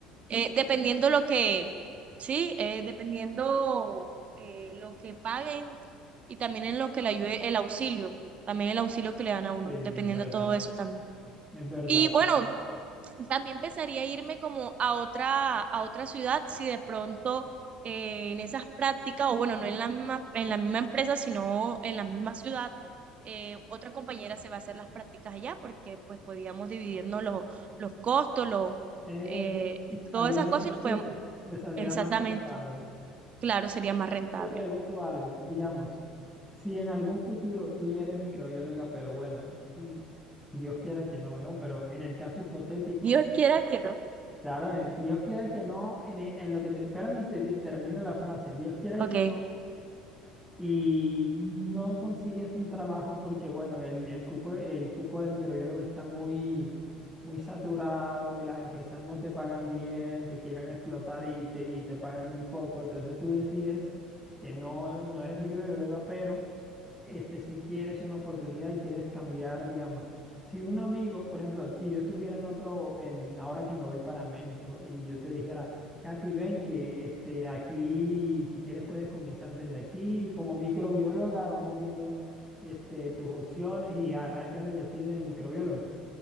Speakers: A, on the right; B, in the centre.
A: eh, dependiendo lo que, sí, eh, dependiendo eh, lo que paguen y también en lo que le ayude el auxilio, también el auxilio que le dan a uno,
B: Sí,
A: dependiendo
B: es verdad,
A: de todo eso también.
B: es verdad.
A: Y bueno, también pensaría irme como a otra, a otra ciudad si de pronto eh, en esas prácticas, o bueno, no en la misma, en la misma empresa, sino en la misma ciudad, eh, otra compañera se va a hacer las prácticas allá porque pues podíamos dividirnos los, los costos, los...
B: Eso,
A: eh,
B: le
A: todas
B: salía
A: esas
B: más,
A: cosas y nos podemos
B: sí, le saldría
A: Exactamente.
B: más rentable.
A: Claro, sería más
B: Yo
A: rentable.
B: te pregunto algo, digamos, si en algún futuro tú ya eres microbióloga, pero bueno, mm, Dios quiera que no, ¿no? Pero en el caso hipotético,
A: Dios quiera que no.
B: claro, en el- Dios quiera que no, en, e- en lo que te, espérame, y te di- termino la frase, Dios quiera
A: Ok,
B: que no. y no consigues un trabajo porque, bueno, el, el cupo, el cupo de microbiólogo está muy, muy saturado y las empresas no te pagan bien, te quieren explotar y te, y te pagan muy poco. Entonces tú decides que no, no eres microbióloga, pero este, si quieres una oportunidad y quieres cambiar, digamos, si un amigo, por ejemplo, si yo estuviera en otro, en ahora que me voy para México y yo te dijera, Katy, ven que este, aquí, si quieres puedes comenzar desde aquí, como microbióloga, vamos viendo este, tus opciones y arrancas desde aquí de microbióloga.